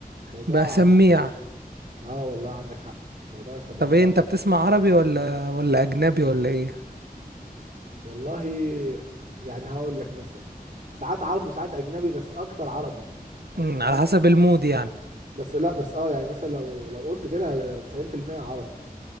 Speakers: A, on the right; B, on the right.
A: موضوع
B: بقى سميع
A: اه والله عندك حق الموضوع يا اسطى بقى
B: طب ايه
A: لا
B: انت بتسمع عربي ولا ولا اجنبي ولا ايه
A: والله يعني هقول لك مثلا ساعات عربي وساعات اجنبي بس اكتر عربي يعني
B: امم
A: فاهم
B: على حسب المود يعني
A: بس لا بس اه يعني مثلا لو لو قلت كده 90% عربي